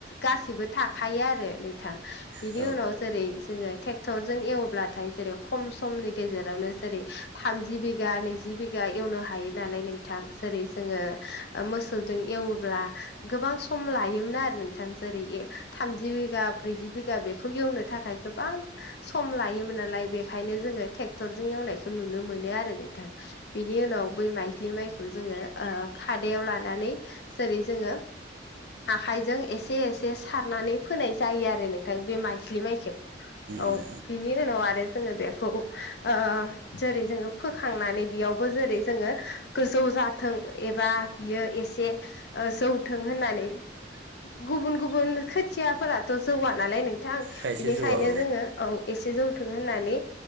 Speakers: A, on the left; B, on the right.
A: गासिबो थाखायो आरो नोंथां बिनि
B: औ-औ-औ ट्रेक्टरजों एवब्लाथाय जेरै खम समनि गेजेरावनो जेरै औ सम लायोमोन औ-औ-औ बिगा ब्रैजि
A: उनाव जेरै जोङो ट्रेक्टर जों एवब्लाथाय जेरै खम समनि गेजेरावनो जेरै थामजि बिघा नै जि बिघा एवनो हायो नालाय नों थां जेरै जोङो मोसौजों एवब्ला गोबां सम लायोमोन आरो नोंथां जेरै थामजि बिघा ब्रैजि बिघा बेखौ एवनो थाखाय गोबां सम लायोमोन आरो बेखायनो जोङो टेक्टर जों एवनायखौ नुनो मोनो आरो नोंथां बेनि उनाव बै माइलि माइखौ जोङो ओ खादायाव लानानै जेरै जोङो आखाइजों एसे एसे सारनानै फोनाय जायो आरो नोंथां बे माइथ्लि माइखौ औ
B: उम
A: बेनि उनाव आरो जोङो बेखौ ओ जेरै जोङो फोखांनानै बेयावबो जेरै जोङो गोजौ जाथों एबा बियो एसे जौथों होननानै गुबुन गुबुन खोथियाफोराथ' जौआ नालाय नोंथां
B: खायसे
A: बेनिख
B: जौवा औ
A: औ एसे जौथों होननानै